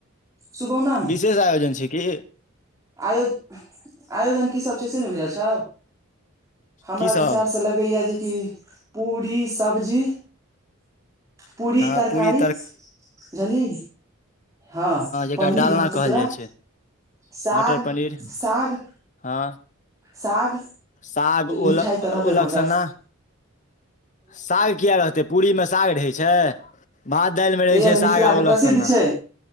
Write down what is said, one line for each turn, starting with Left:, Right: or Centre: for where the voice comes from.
Right: सुगौना मे
Left: विशेष आयोजन छै की
Right: आयोजनआयोजन कीसभ छै से नहि बुझल छौ हमरा
Left: की सब
Right: विचारसँ लगैए जेकि पूरी सब्जी पूरी
Left: हँ
Right: तरकारी
Left: पूरी
Right: जली हँ
Left: जेकरा
Right: पनीर
Left: डालना
Right: रहतौ
Left: कहल
Right: तोरा
Left: जाइ छै
Right: साग
Left: मटर पनीर
Right: साग
Left: हँ
Right: साग
Left: साग ओल
Right: मिठाइ तऽ रहबे
Left: ओलक
Right: करतौ
Left: सन्ना साग किया रहतै पूरी मे साग रहै छै भात दालि मे रहै
Right: एह
Left: छय
Right: मिथिला
Left: साग आब
Right: के
Left: <unintelligible>
Right: प्रसिद्ध
Left: लगसँ ने
Right: छै